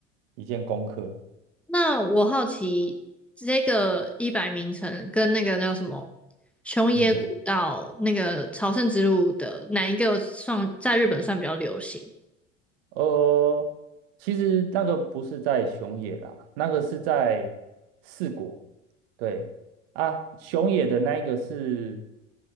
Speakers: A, on the right; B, in the centre.
A: 一件功课。
B: 那我好奇，这个一百名城跟那个叫什么熊野古道那个朝圣之路的哪一个算在日本算比较流行？
A: 嗯。呃，其实那个不是在熊野啦，那个是在四国。对啊，熊野的那一个是